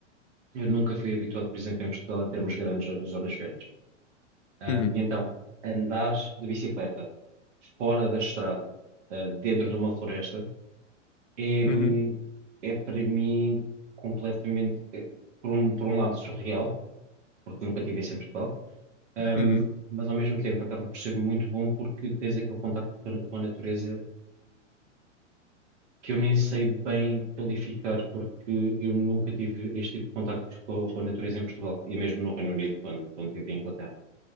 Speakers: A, on the right; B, on the left.
A: eu nunca fui habituado, por exemplo, em Portugal, a termos grandes zo- zonas verdes. Hum,
B: Uhum.
A: e então, andar de bicicleta fora da estrada, ah, dentro de uma floresta, é,
B: Uhum.
A: hum, é para mim completamente, eh, por um, por um lado, surreal, porque nunca tive isso em Portugal, hum,
B: Uhum.
A: mas ao mesmo tempo acaba por ser muito bom porque tens aquele contacto com a com a natureza que eu nem sei bem qualificar, porque eu nunca tive este tipo de contacto com, com a natureza em Portugal e mesmo no Reino Unido, quando, quando vivi em Inglaterra.